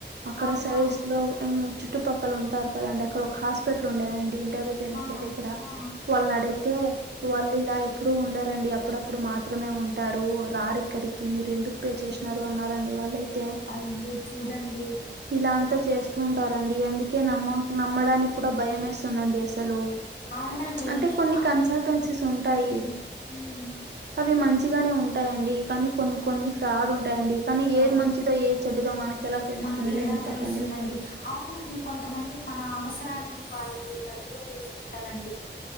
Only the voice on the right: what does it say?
అక్కడ
సైడ్స్ లో ఉమ్ చుట్టుపక్కల ఉంటారు కదండ ఇక్కడ ఒక హాస్పిటలుడేనండి ఇంటర్వకి వెళ్లిన్
దగ్గర
వాళ్ళని అడిగితే వాళ్లు ఇలా చెప్ ఏప్పుడు ఉండరండి అప్పుడప్పుడు మాత్రమే ఉంటారు రారు ఇక్కడికి మీరు ఎందుకు పేచేస్ న్నరు అన్నారండి వాళ్ళైతే
ఇలాంతా చేస్తూ ఉంటారండి అందుకే నమ్మ నమ్మడాని కుడా భయం మేస్తుందండి అస్సలు
అంటే కొన్ని
కన్సల్టెన్సీస్ ఉంటాయి
అవి మంచిగానే ఉంటాయండి కానీ కొన్ని కొన్ని ఫ్రాడ్ ఉంటాయండి కానీ
ఏది మంచిదో ఏ చెడ్డదో మనకెలా తెలుస్తుంది
అని
చెప్పండి